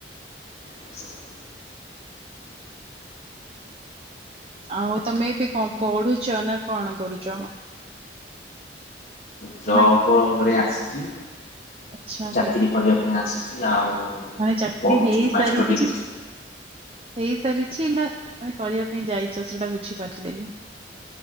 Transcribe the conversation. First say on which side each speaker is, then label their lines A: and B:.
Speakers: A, on the left (about 50°); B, on the right (about 30°).
A: ଆ୍ା <unintelligible>
B: ଆଉ ତମେ ବି କଣ ପଢୁଛ ନା କଣ କରୁଛ?
A: ଯବ୍
B: ନା
A: ରେ ଆସିଛି।
B: ଆଚ୍ଛା
A: ଚାକିରି
B: ମାନେ
A: କରିବା ପାଇଁ ଆସିଛି ଆଉ
B: ମାନେ ଚାକିରି
A: ପଢୁଛି
B: ହେଇସାରିଛି
A: ମାଷ୍ଟର ଡିଗ୍ରୀ।
B: ହେଇସାରିଛି ନା ମାନେ କରିବା ପାଇଁ ଯାଇଛ ସେଟା ବୁଝିପାରିଲିନି?